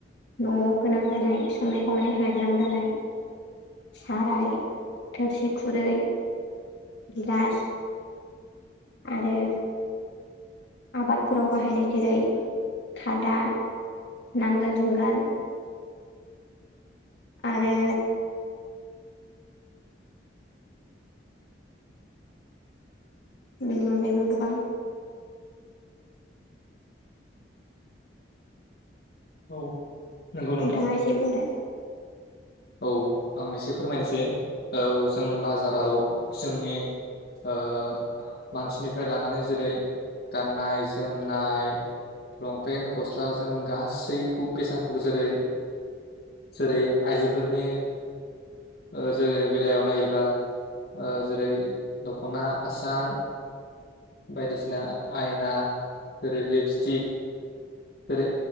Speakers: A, on the left; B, on the left.
A: न'आव गोनां जानाय संनाय खावनायनि थाखाय गोनां जानाय साराय थोरसि खुरै गिलास आरो आबादफोराव बाहायनाय जेरै खादा नांगोल जुंगाल आरो बिनि अनगायैबो गोबां
B: औ नंगौ नोंथां
A: नोंथाङा एसे बुंदो।
B: औ आं एसे फोरमायनोसै औ जों बाजाराव जोंनि ओ मानसिनिफ्राय लानानै जेरै गाननाय जोमनाय लंपेन्ट गस्लाजों गासै दै बेसेनखौबो जेरै जेरै आइजोफोरनि ओ जेरै बेलायाव नायोबा ओ जेरै दख'ना आसान बायदिसिना ना आयना जेरै लिपस्टिक जेरै